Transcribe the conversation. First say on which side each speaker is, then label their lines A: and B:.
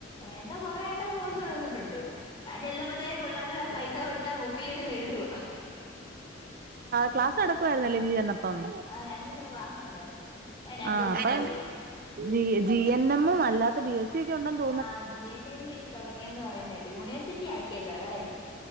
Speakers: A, on the left; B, on the right.
A: എന്തോ കൊറേ കോഴിസ്തുടങ്ങിട്ടുണ്ട് ഞാൻ ചെല്ലുമ്പത്തേും പിള്ളേരെല്ലാം പൈസ കൊടുത്താ ബുക്കിൽ എടുത്ത് എഴുതുവ
B: ക്ലാസ് നടക്കുവായിരുന്നല്ലേ നീ വന്നപം
A: ആ ഞാൻ ചെന്നപ്പോ ക്ലാസ് ഉണ്ടായിരുന്നു രണ്ട്
B: ആഹ്
A: മൂന്ന്
B: അഇപം
A: പേര്
B: ജി ജി എൻ എംമും അല്ലാത്ത ബി എസ് ഉണ്ടന്തോ
A: ആ ജി എൻ എം തുടങ്ങിയന്ന് പറയുന്ന കേട്ട് യൂണിവേഴ്സിറ്റി ആക്കിയല്ലോ അതായിരിക്കും